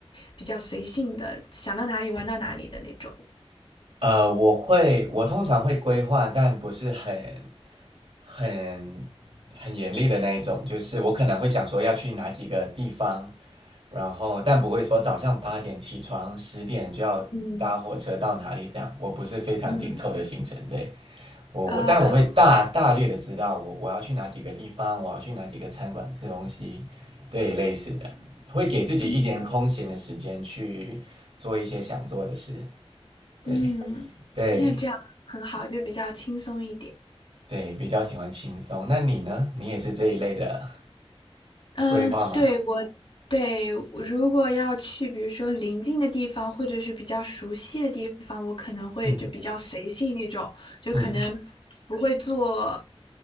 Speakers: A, on the left; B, on the right.
A: 比较随性的，想到哪里玩到哪里的那种？
B: 呃，我会，我通常会规划，但不是很很很严厉的那一种，就是我可能会想说要去哪几个地方，然后但不会说早上八点起床，十点就要搭火车到哪里这样。
A: 嗯
B: 我不是非常紧凑的行程，
A: 嗯，
B: 对我我，
A: 啊
B: 但我会 <laughs> 大大略的知道我我要去哪几个地方，我要去哪几个餐馆吃东西，对，类似的，会给自己一点空闲的时间去做一些想做的事，
A: 嗯
B: 对
A: 嗯，
B: 对
A: 那这样很好，就比较轻松一点。
B: 对，比较喜欢轻松。那你呢？你也是这一类的。
A: 嗯，
B: 规划吗？
A: 对，我对，我如果要去，比如说临近的地方，或者是比较熟悉的地方，我可能会就比较随性那种，
B: 嗯
A: 就可能不会做
B: 嗯